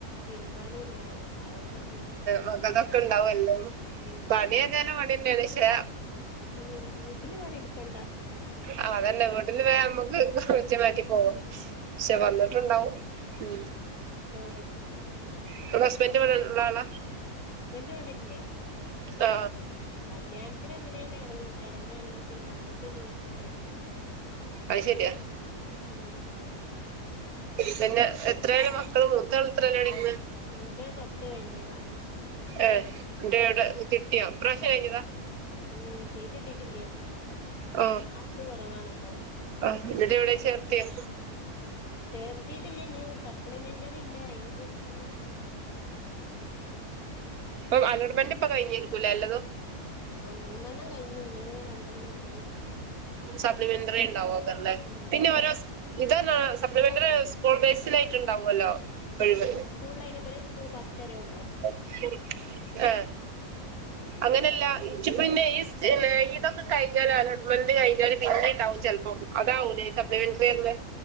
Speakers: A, on the left (about 70°); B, on the right (about 80°).
A: തിര്മ്പാനുണ്ടാവും ആവും മടിയാണ്
B: മക്കൾകൊക്കെ ഇണ്ടാവുല്ലോ
A: ഉം
B: പണി എന്നാണ് പണി എന്നെണ്ക്ഷേ
A: ഉം വീട്ട്ല് പണി എടുക്കണ്ട
B: ആഹ് അതന്നെ വീട്ടല് വേ അമ്മക്ക് റ്റ് മാറ്റിപോവാ
A: ഉം
B: ക്ഷെ വന്നിട്ടുണ്ടാവും ഉം
A: ഉം
B: ങ്ങളെ ഹസ്ബന്റ്വ്ടെ ഇള്ള ആളാ
A: ഹസ്ബൻഡിവ്ടില്ല
B: ആ
A: കല്യാൺത്തിന് എന്തിനെന്നേ എർങ്ങി എർങ്ങാണെങ്കി പിന്നെ അന്നത്തെ ദിവസം കഴിഞ്ഞ്
B: അയ് ശെരിയാ
A: ഉം
B: പിന്നെ എത്രേല് മക്കള് മൂത്താള് എത്രലാ പടിക്കുന്നേ
A: മൂത്തത് പത്ത് കഴിഞ്ഞതാ
B: ഏ ന്ന്ട്ട് എവിടെ
A: ഉം
B: കിട്ടിയോ ഈ പ്രാവശ്യം കഴിഞ്ഞതാ
A: ഉം സീറ്റ് കിട്ടീട്ടില്ല
B: ആ
A: മാർക്ക് കൊറവാണപ്പൊ
B: ആ എന്നിട്ട്
A: ഉം
B: എവിടെ
A: കിട്ടീട്ടില്ല
B: ചേർത്തിയോ
A: ചേർത്തീട്ടില്ല ഇനി സപ്ലിമെന്ററി ഇണ്ട് അയ്ന് കൊടുക്കണം ഉം
B: പ്പം അലോർമെന്റിപ്പം കഴിഞ്ഞിര്ക്കു ലെ എല്ലതും
A: ആഹ് മൂന്നെണ്ണം കഴിഞ് ഇനി രണ്ടെണ്ണ ഇനി സപ്
B: സപ്ലിമെന്ററി ഉണ്ടാവോ ഓക്കർ ല്ലേ
A: ഉം
B: പിന്നെ ഓരോ സ് ഇതന്ന സപ്ലിമെന്ററി സ്കൂൾ ബേസിലായിട്ട്ണ്ടാവുല്ലോ ഒഴിവ്
A: സ്കൂള് അയ്ന് ബരെ സ്കൂൾ പത്തരെ ഒള്ളു
B: ഉം ആഹ്
A: ഉം
B: അങ്ങനല്ല ഇച്ച് പിന്നെ ഈ പിന്നെ ഇതൊക്കെ കഴിഞ്ഞാല് അലോട്ട്മെന്റ് കഴിഞ്ഞാല് പിന്നെ ഇണ്ടാവും ചെൽപ്പം അതാവൂല്ലേ ഈ സപ്ലിമെന്ററി റഞ്ഞെ